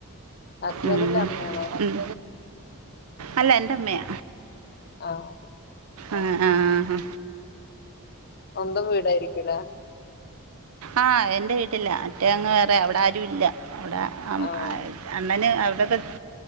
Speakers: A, on the left (about 45°); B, on the right (about 70°).
A: ഹസ്ബൻഡിന്റെ
B: ഉം
A: അമ്മയാണോ
B: ഉം അല്ല എന്റെമ്മയ
A: ആഹ്
B: ആഹ് ആഹ് ഹാ
A: സ്വന്തം വീടായിരിക്കൂല്ലെ
B: ആഹ് എന്റെ വീട്ടിലാ. മറ്റേ അങ്ങ് വേറെയാ അവിടെ ആരുല്ല. അവിടെ അം
A: ആഹ്
B: അ അണ്ണന് അവിടെയൊക്കെ